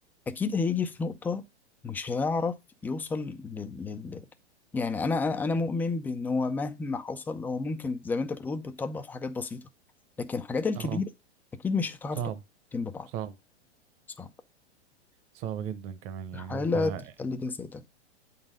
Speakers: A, in the centre; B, on the right (about 35°).
A: اكيد هيجي في نقطة مش هيعرف يوصل لل... لل... يعني انا انا أنا مؤمن بان هو مهما حصل هو ممكن زي ما انت بتقول بتطبق في حاجات بسيطة لكن الحاجات الكبيرة
B: اه
A: اكيد مش هتعرف
B: صعب
A: تطبقهم ببعض
B: صعب
A: صعب
B: صعب جدا كمان يعني
A: استحالة
B: انت
A: تخلي ده زي ده